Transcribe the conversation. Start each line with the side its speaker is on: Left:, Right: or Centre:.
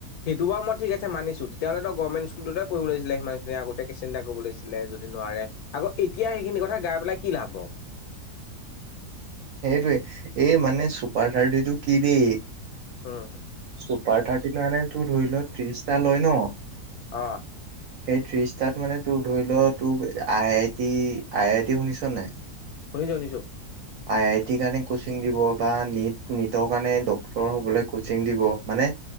Left: সেইটো বাৰু মই ঠিকেই মানিছোঁ তেতিয়া হ'লে তই গভৰ্ণমেণ্ট স্কুলতে পঢ়িব লাগিছিল। সেইবোৰ কথা আগতেই ভাবিব লাগিছিল। যদি নোৱাৰে আকৌ এতিয়া সেইখিনি কথা গাই পেলাই কি লাভ হ'ব।
Right: সেইটোৱে এই মানে চুপাৰ থাৰ্টিটো কি দেই?
Left: উম।
Right: চুপাৰ থাৰ্টি মানে তোৰ ধৰি ল ত্ৰিশটা লয় ন।
Left: অ।
Right: সেই ত্ৰিশ তাত মানে তোৰ ধৰি ল তোক I I T I I T শুনিছ নে নাই?
Left: শুনিছো শুনিছো।
Right: আই আই টিৰ কাৰণে ক্ৰছিং দিব বা নিট নিটৰ কাৰণে ডক্টৰ হবলৈ ক্ৰছিং দিব মানে-